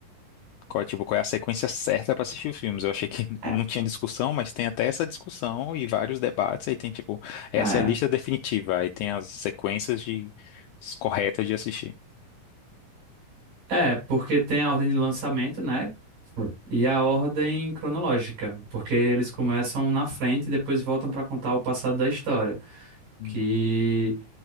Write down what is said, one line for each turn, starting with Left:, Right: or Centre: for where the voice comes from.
Left: Qual, é, tipo, qual é a sequência certa para assistir os filmes? Eu achei que <laughs> não
Right: É,
Left: tinha discussão, mas tem até essa discussão e vários debates. Aí tem tipo, essa
Right: é,
Left: é a lista definitiva. Aí tem as sequências de corretas de assistir.
Right: é, porque tem a ordem de lançamento, né? Sim. E a ordem cronológica, porque eles começam na frente e depois voltam para contar o passado da história,
Left: Hum.
Right: que